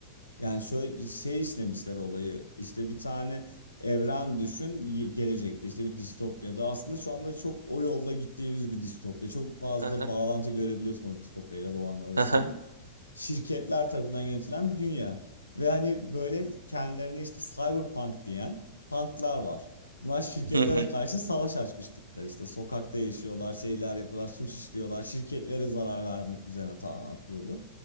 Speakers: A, on the left (about 85°); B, on the right (about 85°).
A: Yani şöyle şey işlemişler olayı. İşte bir tane evren düşün y- gelecekte işte bir distopyada. Aslında şu anda çok o yolla gittiğimiz bir distopya. Çok fazla
B: Hı hı,
A: bağlantı görebiliyorsun o distopya ile bu an arasında.
B: hı hı,
A: Şirketler tarafından yönetilen bir dünya. Ve hani böyle kendilerine işte cyberpunk diyen punklar var. Bunlar şirketlere
B: hı hı,
A: karşı savaş açmış tipler işte. Sokakta yaşıyorlar, şeyler yapıyorlar, suç işliyorlar. Şirketlere zarar vermek üzerine tamamen kurulu.